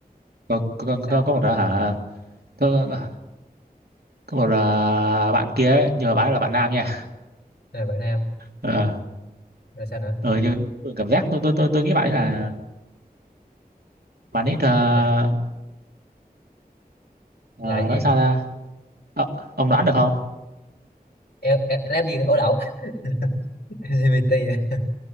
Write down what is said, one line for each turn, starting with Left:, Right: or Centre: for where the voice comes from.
Right: có, có,
Left: Sao?
Right: có, có một ờ, hả? Có, có, có một ờ, bạn kia ấy, nhưng mà bạn ấy là bạn nam nha.
Left: Rồi bạn Nam,
Right: Ờ
Left: rồi sao nữa?
Right: ờ nhưng nhưng mà cảm giác tôi tôi tôi tôi nghĩ bạn ấy là bạn ấy ờ,
Left: Là
Right: ờ,
Left: là cái gì?
Right: nói sao ra? Ờ, ông đoán được không?
Left: Em em làm gì ổ lậu <laughs> LGBT à?